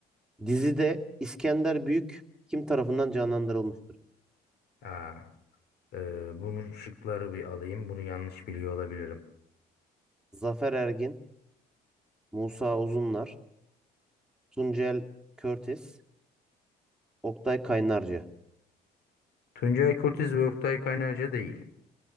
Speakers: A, in the centre; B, on the left (about 70°).
A: Dizide İskender Büyük kim tarafından canlandırılmıştır?
B: Aa, e, bunun şıkları bir alayım. Bunu yanlış biliyor olabilirim.
A: Zafer Ergin, Musa Uzunlar, Tuncel Körtis, Oktay Kaynarca.
B: Tuncay Kurtiz ve Oktay Kaynarca değil.